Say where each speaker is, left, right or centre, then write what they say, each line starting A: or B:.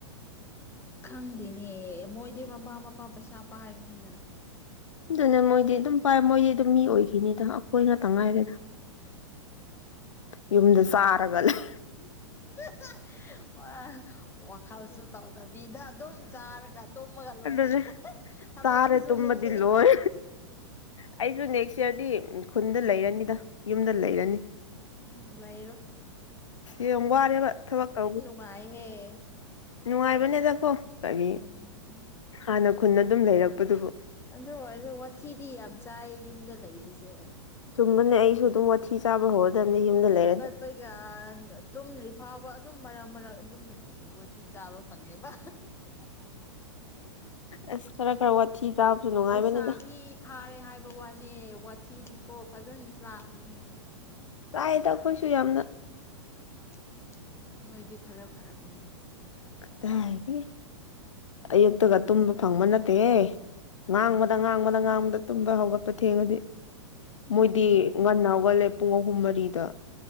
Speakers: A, on the left (about 15°); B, on the left (about 80°).
A: ꯈꯪꯗꯦꯅꯦ ꯃꯣꯏꯗꯤ ꯃꯃꯥ ꯃꯄꯥ ꯄꯩꯁꯥ ꯄꯥꯏꯕꯅꯤꯅ
B: ꯑꯗꯨꯅ ꯃꯣꯏꯗꯤ ꯑꯗꯨꯝ ꯄꯥꯏ ꯃꯣꯏꯗꯤ ꯑꯗꯨꯝ ꯃꯤ ꯑꯣꯏꯈꯤꯅꯤꯗ ꯑꯩꯈꯣꯏꯅꯇ ꯉꯥꯏꯔꯗꯤ
A: ꯎꯝ
B: ꯌꯨꯝꯗ ꯆꯥꯔꯒ ꯂꯩ
A: <unintelligible> ꯋꯥ ꯋꯥꯈꯜꯁꯨ ꯇꯧꯗꯕꯤꯗ ꯑꯗꯨꯝ ꯆꯥꯔꯒ ꯇꯨꯝꯃꯒ ꯂꯣꯏꯔꯦ
B: ꯑꯗꯨꯅꯦ
A: ꯍꯦꯍꯦ ꯊꯕꯛꯁꯨ
B: ꯆꯥꯔꯦ
A: ꯁꯨꯅꯤꯡꯗꯦ
B: ꯇꯨꯝꯃꯗꯤ ꯂꯣꯏ ꯑꯩꯁꯨ ꯅꯦꯛꯁ ꯏꯌꯥꯔꯗꯤ ꯈꯨꯟꯗ ꯂꯩꯔꯅꯤꯗ ꯌꯨꯝꯗ ꯂꯩꯔꯅꯤ
A: ꯎꯝ ꯂꯩꯔꯣ
B: ꯌꯥꯝ ꯋꯥꯔꯦꯕ ꯊꯕꯛ ꯇꯧꯕ
A: ꯋꯥꯏꯍꯦ
B: ꯅꯨꯡꯉꯥꯏꯕꯅꯦꯗꯀꯣ ꯀꯔꯤ
A: ꯎꯝ
B: ꯍꯥꯟꯅ ꯈꯨꯟ ꯑꯗꯨꯝ ꯂꯩꯔꯛꯄꯗꯨꯕꯨ
A: ꯑꯗꯣ ꯑꯩꯁ ꯋꯥꯊꯤꯗꯤ ꯌꯥꯝ ꯆꯥꯏ ꯌꯨꯝꯗ ꯂꯩꯕꯁꯦ
B: ꯆꯨꯝꯕꯅꯦ ꯑꯩꯁꯨ ꯑꯗꯨꯝ ꯋꯥꯊꯤ ꯆꯥꯕ ꯍꯧꯔꯗꯝꯅꯦ ꯌꯨꯝꯗ ꯂꯩꯔꯗꯤ
A: ꯀꯩꯒꯥꯟꯗ ꯇꯨꯝꯗ꯭ꯔꯤ ꯐꯥꯎꯕ ꯑꯗꯨꯝ ꯃꯔꯛ ꯃꯔꯛ ꯑꯗꯨꯝ ꯅꯨꯡꯇꯤꯒꯤ ꯋꯥꯊꯤ ꯆꯥꯕ ꯐꯪꯉꯦꯕ
B: ꯑꯁ ꯈꯔ ꯈꯔ ꯋꯥꯊꯤ ꯆꯥꯕꯁꯨ ꯅꯨꯡꯉꯥꯏꯕꯅꯤꯅ
A: ꯂꯩꯁꯥꯕꯤ ꯐꯥꯔꯦ ꯍꯥꯏꯕ ꯋꯥꯅꯦ ꯋꯥꯊꯤꯗꯤꯀꯣ ꯐꯖꯅ ꯆꯥꯕꯅꯦꯍꯦ꯫
B: ꯆꯥꯏꯗ ꯑꯩꯈꯣꯏꯁꯨ ꯌꯥꯝꯅ꯫
A: ꯎꯝ ꯅꯣꯏꯗꯤ ꯈꯔ ꯐꯔꯝꯒꯅꯤ꯫
B: ꯀꯗꯥꯏꯗꯒꯤ ꯑꯌꯨꯛꯇꯒ ꯇꯨꯝꯕ ꯐꯪꯕ ꯅꯠꯇꯦꯍꯦ꯫ ꯉꯥꯡꯕꯗ ꯉꯥꯡꯕꯗ ꯉꯥꯡꯕꯗ ꯇꯨꯝꯕ ꯍꯧꯒꯠꯄ ꯊꯦꯡꯉꯗꯤ꯫
A: ꯎꯝ
B: ꯃꯣꯏꯗꯤ ꯉꯟꯅ ꯍꯧꯒꯠꯂꯦ ꯄꯨꯡ ꯑꯍꯨꯝ ꯃꯔꯤꯗ꯫